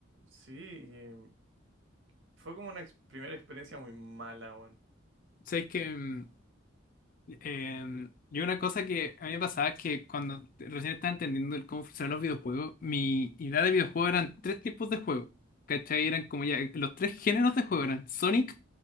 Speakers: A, on the right (about 70°); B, on the left (about 45°).
A: Sí, y fue como una ex- primera experiencia muy mala, weón.
B: sabes que mm, em, yo una cosa que a mí me pasaba es que cuando recién estaba entendiendo el cómo funcionan los videojuegos, mi idea de videojuego eran tres tipos de juegos. ¿Cachai? Eran como ya los tres géneros de juego eran Sonic,